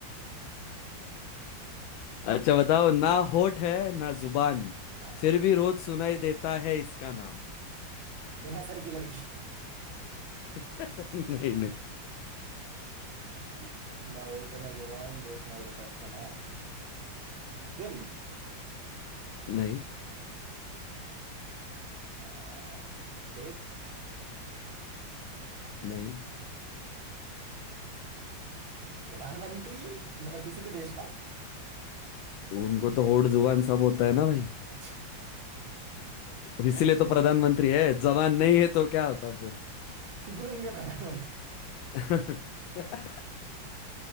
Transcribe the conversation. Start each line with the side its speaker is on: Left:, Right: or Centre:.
Left: अच्छा बताओ ना होठ है ना जुबान
Right: आ
Left: फिर भी रोज सुनाई देता है इसका नाम
Right: बिना सर की लड़की
Left: <laughs> नहीं नहीं
Right: <laughs> ना होठ ना जुबान रोज सुनाई देता है इसका नाम दिन
Left: नहीं
Right: आ, डेट
Left: नहीं
Right: हम्म, प्रधानमंत्री मतलब किसी भी देश का
Left: उनको तो होठ जुबान सब होता है ना भाई
Right: अच्छा
Left: इसीलिए
Right: <laughs>
Left: तो प्रधानमंत्री है जबान नहीं है तो क्या होता
Right: घूम गए प्रधानमंत्री
Left: फिर <laughs>